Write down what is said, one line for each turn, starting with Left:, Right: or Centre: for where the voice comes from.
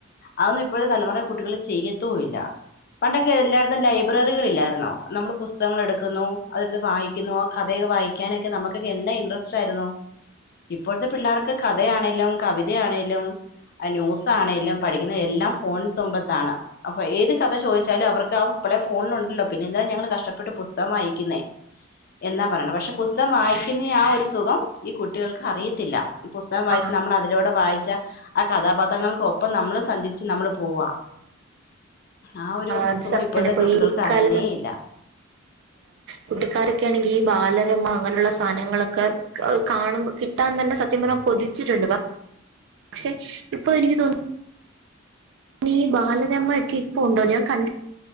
Left: അതൊന്നും ഇപ്പോഴത്തെ തലമുറ കുട്ടികൾ ചെയ്യത്തൂല്ല. പണ്ടൊക്കെ എല്ലായിടത്തും ലൈബ്രറികൾളില്ലായിരുന്നോ നമ്മള് പുസ്തകങ്ങൾ എടുക്കുന്നു അതെടുത്ത് വായികു വായികുന്നു കഥെയൊക്കെ വായിക്കാനൊക്കെ നമുക്ക് എന്തൊരു ഇൻട്രസ്റ്റ് ആയിരുന്നു. ഇപ്പോഴത്തെ പിള്ളേർക്ക് കഥയാണേലും കവിതയാണേലും. ന്യൂസ് ആണെലും പഠിക്കുന്ന എല്ലാം ഫോണി തുമ്പത്താണ് അപ്പൊ ഏത് കഥ ചോദിച്ചലും ചോദിച്ചാലും അവർക്ക് ആപ്പളെ ഫോണിലുണ്ടല്ലോ പിന്നെന്താ ഞങ്ങങ്ങള് കഷ്ടപ്പെട്ട് പുസ്തകം വായിക്കുന്നേ. എന്നാ പറയുണ് പക്ഷെ പുസ്തകം വായിക്കുന്ന ആ ഒരു സുഖം ഈ കുട്ടികൾക്ക് അറിയത്തില്ല. പുസ്തകം വായിച്ച്
Right: ആ
Left: നമ്മൾ അതിലൂടെ വായിച്ച് ആ കഥാപാത്രങ്ങൾക്കൊപ്പം നമ്മള് സഞ്ചരിച്ച് നമ്മള് പോവാ. ആഹ് ഒരു
Right: അത്
Left: സുഖം
Right: സത്യാണ്
Left: ഇപ്പോഴത്തെക്കെ
Right: ഇപ്പൊ
Left: കുട്ടികൾക്ക്
Right: ഈ കുട്ടിക്കാലത്ത്
Left: അറിയണേ ഇല്ല.
Right: കുട്ടിക്കാലൊക്കൊആണെങ്കിൽ ഈ ബാലരമ അങ്ങനെയുള്ള സാധനങ്ങളൊക്കെ അഹ് കാണുമ്പ കിട്ടാൻ തന്നെ സത്യം പറഞ്ഞ കൊതിച്ചിട്ടുണ്ട് പ പക്ഷെ ഇപ്പൊ എനിക്ക് തോന്നുന്നു. ഈ ബാലരമ്മ ഒക്കെ ഇപ്പ ഉണ്ടോ ഞാൻ കണ്ട്